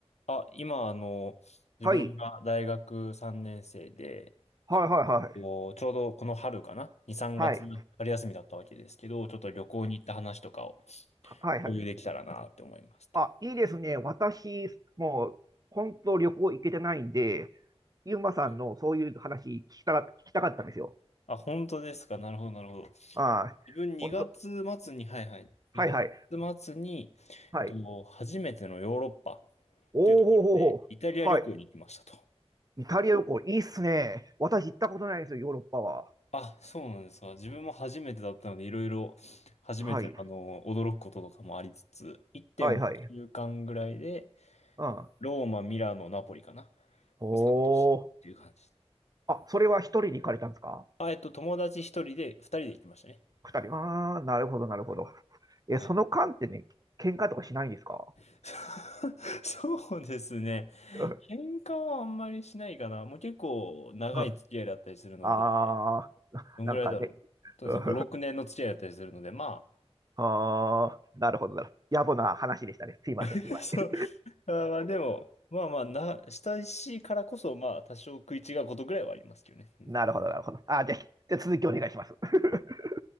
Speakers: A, on the left; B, on the right.
A: あ、今、あの、自分が大学3年生で、
B: はい。はいはいはい。
A: こうちょうどこの春かな ?2、3月春休みだったわけですけど、
B: はい。
A: ちょっと旅行に行った話とかを
B: ははいはい。
A: 共有できたらなって思いますと。
B: あ、いいですね。私、もう、本当旅行行けてないんで、ゆうまさんのそういう話聞きたか、
A: はい
B: 聞きたかったんですよ。
A: あ、本当ですかなるほど、なるほど。
B: ああ、
A: 自分2月末に、
B: 本当。
A: はいはい。
B: はいはい。
A: 2月末に、えっと、
B: はい。
A: 初めてのヨーロッパっていうところで、
B: おおほーほーほー。
A: イタリア旅行に行きましたと。
B: はい。イタリア旅行、いいっすね。私行ったことないんですよ、ヨーロッパは。
A: あ、そうなんですか。自分も初めてだったので、いろいろ初めての、
B: はい。
A: あの、驚くこととかもありつつ、1 9週間ぐらいで、
B: はいはい。うん。
A: ローマ、ミラノ、ナポリかな。
B: お
A: の3都市っていう感じで。
B: お。あ、それは一人に行かれたんですか
A: あ、えっと、友達1人で、2人で行きましたね。
B: 二人。ああ、なるほど、なるほど。え、
A: はい。
B: その間ってね、喧嘩とかしないんですか
A: <laughs> そうですね。
B: うん
A: 喧嘩はあんまりしないかな。もう結構長い付き合いだったりするので、
B: うんあー、
A: どんぐらいだろう。
B: なんかね。
A: そうですね。
B: うん
A: 5、6年の付き合いだったりするので、まあ、
B: あー、なるほど、なるほど。野暮な話でしたね。すいません、
A: <laughs>
B: すいませ
A: そう。<laughs> まあーまあでも、まあまあな、親しいからこそ、まあ多少食い違うことぐらいはありますけどね、全然。
B: ん。なるほど、なるほど。あー、じゃあ、じゃあ続きお願いします。<laughs>